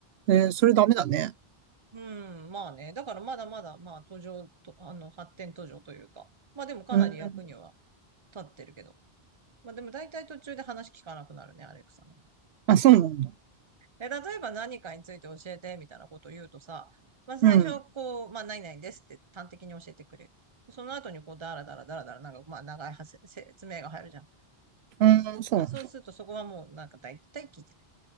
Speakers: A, on the right (about 80°); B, on the right (about 30°).
A: えー、それダメだね。
B: うん、まあね。だからまだまだ、まあ途上と、あの、発展途上というか、まあでもかなり役には
A: うん。
B: 立ってるけど。まあでも大体途中で話聞かなくなるね、アレクサの。
A: あ、そうなんだ。
B: え、例えば何かについて教えて、みたいなことを言うとさ、まあ最初、
A: うん。
B: こう、まあ何々ですって端的に教えてくれる。その後にこう、だらだらだらだら、なんか、まあ長いはせ説明が入るじゃん。
A: うん、そうなんだ。
B: まあそうするとそこはもうなんか大体聞いてない。